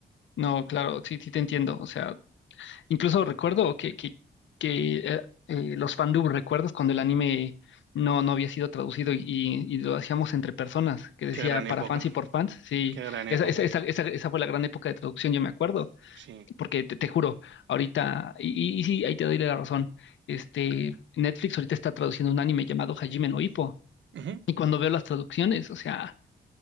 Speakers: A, on the left (about 80°); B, on the right (about 75°).
A: No, claro, sí, sí te entiendo. O sea, Incluso recuerdo que, que, que eh, eh, los fandub, ¿recuerdas cuando el anime no, no había sido traducido y, y- y lo hacíamos entre personas? Que decía
B: Qué gran época,
A: para fans y por fans. Sí,
B: qué gran época.
A: esa, esa, esa, esa, esa fue la gran época de traducción, yo me acuerdo.
B: Sí,
A: Porque te, te juro, ahorita, y, y- y sí, ahí te doy la razón. Este, Netflix ahorita está traduciendo un anime llamado Hajime no Ippo.
B: Ujú,
A: Y cuando veo las traducciones, o sea